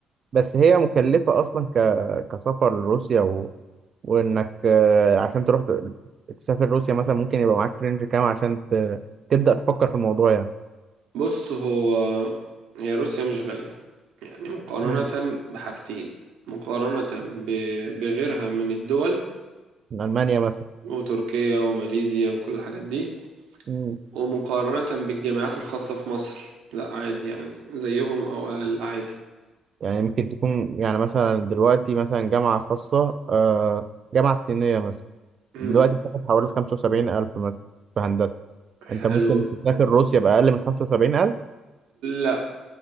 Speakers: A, on the right; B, on the right.
A: بس هي مكلفة اصلا ك... كسفر لروسيا و... وانك آه، عشان تروح ت- تسافر روسيا مثلا ممكن يبقى معاك فرنج كام عشان ت... تبدأ تفكر في الموضوع يعني
B: بص هو هي روسيا مش غالية يعني مقارنة
A: مم.
B: بحاجتين مقارنة ب... بغيرها من الدول
A: من المانيا مثلا
B: وتركيا وماليزيا وكل الحاجات دي
A: مم.
B: ومقارنة بالجامعات الخاصة في مصر لا عادي يعني زيهم أو أقل عادي
A: يعني ممكن تكون يعني مثلا دلوقتي مثلا جامعة خاصة آه، جامعة صينية مثلا
B: مم.
A: دلوقتي بتاخد حوالي خمسة وسبعين ألف مثلا في هندسة انت
B: حلو
A: ممكن تسافر روسيا بأقل من 75,000
B: لا